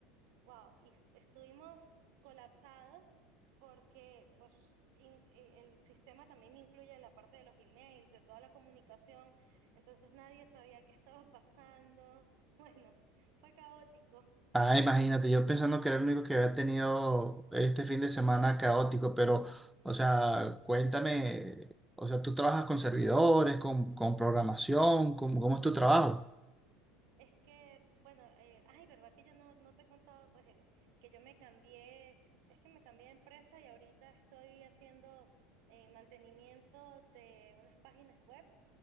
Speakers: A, on the right; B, in the centre.
A: Wow, y f- estuvimos colapsados porque pues in- i- el sistema también incluye la parte de los emails, de toda la comunicación, entonces nadie sabía qué <laughs> estaba pasando. Bueno, fue caótico.
B: Ah, imagínate, yo pensando que era el único que había tenido este fin de semana caótico, pero, o sea, cuéntame, o sea, tú trabajas con servidores, con, con programación, ¿cómo, cómo es tu trabajo?
A: Es que, bueno, eh, ay, ¿verdad que yo no, no te he contado pues el- que yo me cambié, es que me cambié de empresa y ahorita estoy haciendo eh, mantenimiento de unas páginas web